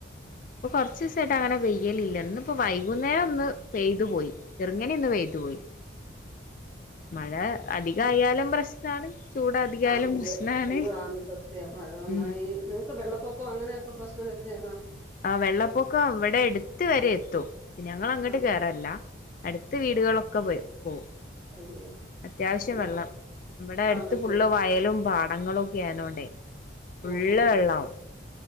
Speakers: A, on the left (about 45°); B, on the left (about 15°).
A: ആഹ് ഇപ്പൊ കൊർസായിട്ട് അങ്ങനെ പെയ്യലില്ല ഇന്ന് ഇപ്പ വൈകുന്നേരം ഒന്ന് പെയ്തു പോയി. ചെറുങ്ങനെ ഒന്ന് പെയ്തു പോയി മഴ അധികയാലും പ്രശ്നാണ്. ചൂട് അധികായാലും
B: ആണല്ലെ
A: പ്രശ്നാണ്
B: അയ്യോ ആന്ന് സത്യം മഴ ഒന്നായി
A: ഉം
B: വെള്ളപോക്കം അങ്ങനെയൊക്കെ പ്രശ്നം വരുന്നേ ആന്നോ?
A: ആഹ് വെള്ളപ്പൊക്കം വടെ എടുത്ത് വരെ എത്തും. ഞങ്ങൾ അങ്ങോട്ട്
B: ആണോ
A: കേറല്ല അടുത്ത വീടുകളൊക്കെ
B: ആഹ് ആഹ്
A: പോയി പോവും
B: അയ്യോ
A: അത്യാവശ്യം
B: വെള്ളപ്പൊക്കം
A: വെള്ളം ഇവിടെ അടുത്ത്
B: ആണല്ലേ
A: ഫുള്ള് വയലും പാടങ്ങളും ഒക്കെ ആയിരുന്നോണ്ടേ ഫുള്ള്
B: ഓഹോ ഹോ ഹോ.
A: വെള്ളാവും